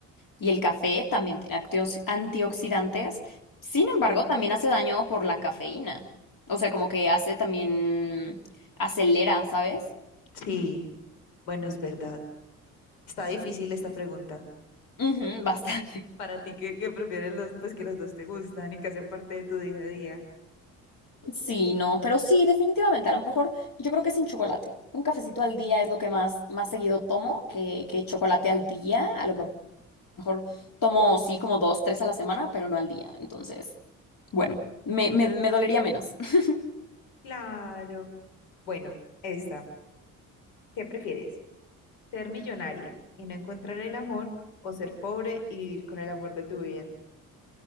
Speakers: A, on the left (about 50°); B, on the left (about 75°).
A: Y el café también tiene actiox- antioxidantes. Sin embargo, también hace daño por la cafeína. O sea, como que hace también, acelera, ¿sabes?
B: Sí, bueno, es verdad. Está difícil esta pregunta.
A: Ujú, <laughs> bastante.
B: Para ti que, que prefieres los, pues que los dos te gustan y que hacen parte de tu día a día.
A: Sí, no, pero sí, definitivamente. A lo mejor yo creo que sin chocolate. Un cafecito al día es lo que más, más seguido tomo que, que chocolate al día. A lo mejor tomo, sí, como dos, tres a la semana, pero no al día. Entonces, bueno, me, me, me dolería menos. <laughs>
B: Claro. Bueno, esta. ¿Qué prefieres? ¿Ser millonaria y no encontrar el amor o ser pobre y vivir con el amor de tu vida?